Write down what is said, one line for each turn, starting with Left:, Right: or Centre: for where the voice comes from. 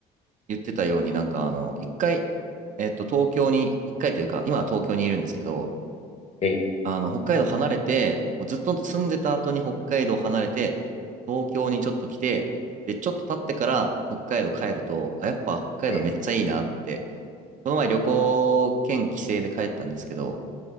Right: 言ってたように、なんか、あの、一回、えっと、東京に、一回というか、今は東京にいるんですけど、
Left: ええ、
Right: あの、北海道離れて、こうずっと住んでた後に北海道離れて、東京にちょっと来て、で、ちょっと経ってから北海道帰ると、あ、やっぱ北海道めっちゃいいなって、
Left: ええ、
Right: この前旅行兼帰省で帰ったんですけど、